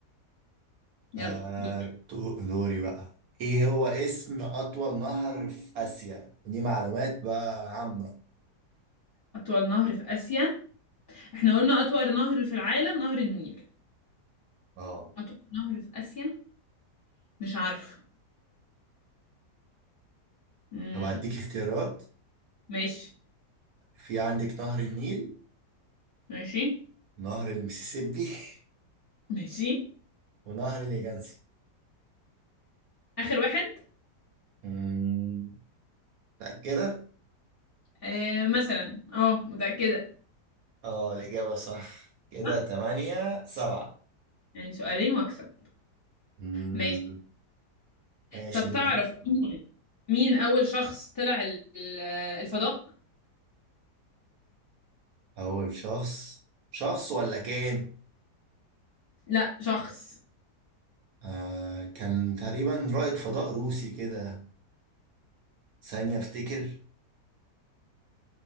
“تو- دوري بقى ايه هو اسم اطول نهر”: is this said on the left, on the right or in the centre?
Right